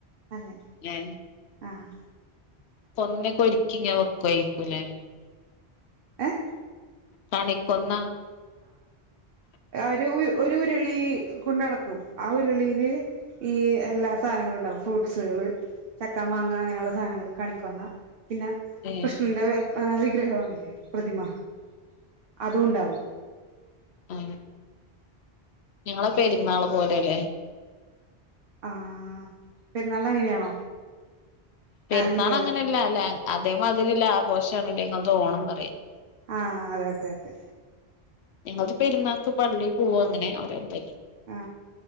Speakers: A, on the right; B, on the left.
A: അങ്ങനെ
B: ഏഹ്
A: ആഹ്
B: കൊന്നേക്ക ഒരിക്കിങ്ങനെ വെക്കുവായിരിക്കൂല്ലേ
A: ഏഹ്
B: കണിക്കൊന്ന <inaudible>
A: ആഹ് ഒര് ഒരു ഉര്ളി കൊണ്ടടക്കും ആഹ് ഉര്ളിയില് ഈ എല്ലാ സാനങ്ങളും ഉണ്ടാവും ഫ്രൂട്ട്സുകള് ചക്കാ, മാങ്ങ അങ്ങനെയുള്ള സാനങ്ങൾ കണിക്കൊന്ന പിന്നെ
B: ഏഹ്
A: കൃഷ്ണന്റെ എഹ് വിഗ്രഹോല്ലേ പ്രതിമ അതുംണ്ടാവും
B: ഉം ഞങ്ങളെ പെരുന്നാള് പോലെല്ലെ
A: ആഹ് പെരുന്നാൾ അങ്ങനെയാണോ?
B: പെരുന്നാള
A: അറിയില്ലേ
B: അങ്ങനെ അല്ല അതേ മാതിരില്ല ആഘോഷാണ്ലെ ഇങ്ങൾ തെ ഓണംന്ന് പറയാ
A: ആഹ് അതെ അതെ അതെ
B: ഞങ്ങൾത് പെരുന്നാക്ക് പള്ളി പോവാ അങ്ങനെ അവരെതന്നെ
A: ആ